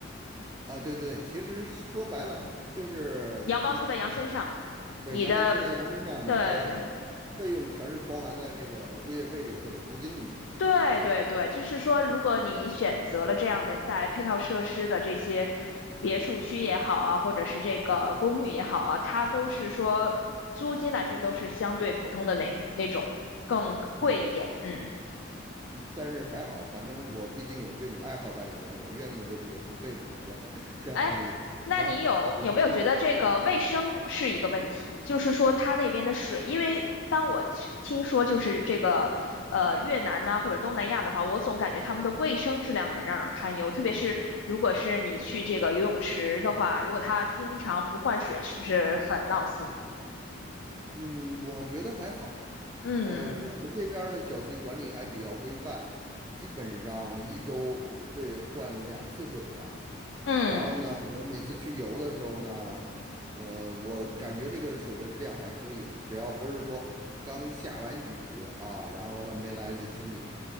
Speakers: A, on the right (about 20°); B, on the left (about 70°).
A: 啊，对对对，其实说白了就是这。
B: 羊毛出在羊身上。
A: 对，
B: 你的，
A: 羊毛出在羊身上，
B: 对
A: 你的费用全是包含在这个物业费里或者租金里面的。
B: 对对对，
A: 嗯
B: 就是说，如果你选择了这样的带配套设施的这些别墅区也好啊，或者是这个公寓也好啊，它都是说租金来说都是相对普通的那那种更贵一点，
A: 嗯
B: 嗯。
A: 嗯，但是还好，反正我毕竟有这种爱好在里面，我愿意为这个付费嘛，相 <laughs> 相当于。
B: 哎，那你有有没有觉得这个卫生是一个问题？
A: 然后我是嗯
B: 就是说，它那边的水，因为当我吃听说就是这个呃越南呐、或者东南亚的话，我总感觉他们的卫生质量很让人堪忧。特别是如果是你去这个游泳池的话，如果它经常不换水，是不是很闹心？
A: 嗯，我觉得还好。
B: 嗯
A: 呃，我们这边儿的小区管理还比较规范，基本上一周会换两次水吧。
B: 嗯。
A: 然后呢，我每次去游的时候呢，呃，我感觉这个水的质量还可以，只要不是说刚下完雨啊，然后它没来得及清理，